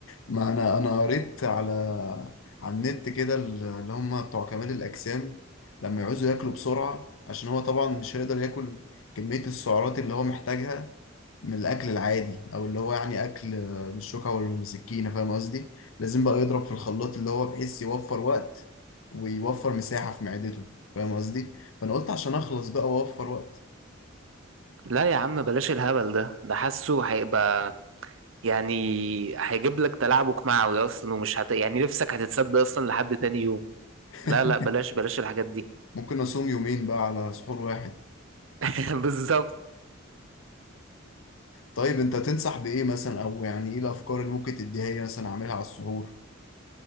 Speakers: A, on the left; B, on the right.
A: ما انا انا قريت على على النت كده اللي هم بتوع كمال الاجسام لما يعوزوا ياكلوا بسرعه عشان هو طبعا مش هيقدر ياكل كميه السعرات اللي هو محتاجها من الاكل العادي او اللي هو يعني اكل بالشوكه والسكينه فاهم قصدي لازم بقى يضرب في الخلاط اللي هو بحيث يوفر وقت ويوفر مساحه في معدته فاهم قصدي فانا قلت عشان اخلص بقى واوفر وقت
B: لا يا عم بلاش الهبل ده ده حاسه هيبقى يعني هيجيب لك تلعبك معوي اصلا ومش هت... يعني نفسك هتتسد اصلا لحد تاني يوم
A: <laughs>
B: لا لا بلاش بلاش الحاجات دي
A: ممكن اصوم يومين بقى على سحور واحد
B: <laughs> بالظبط
A: طيب انت تنصح بايه مثلا او يعني ايه الافكار اللي ممكن تديها لي مثلا اعملها على السحور